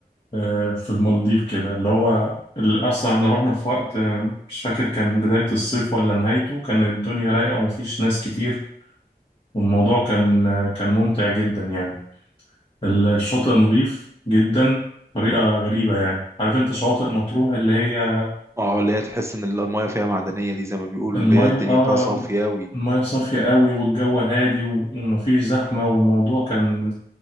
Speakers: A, on the left; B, on the right.
A: آه، في المالديف كده اللي هو ال- أصلا إحنا رحنا في وقت آه، مش فاكر كان بداية الصيف ولا نهايته كان الدنيا رايقة ومفيش ناس كتير والموضوع كان آه، كان ممتع جدا يعني الشاطئ نظيف جدا بطريقة غريبة يعني عارف أنت شواطئ مطروح اللي هي
B: اه اللي هي تحس ان المايه فيها معدنيه دي زي ما بيقولوا
A: المية
B: اللي هي الدنيا
A: آه
B: فيها صافيه قوي
A: المية صافية قوي والجو هادي و- ومفيش زحمة والموضوع كان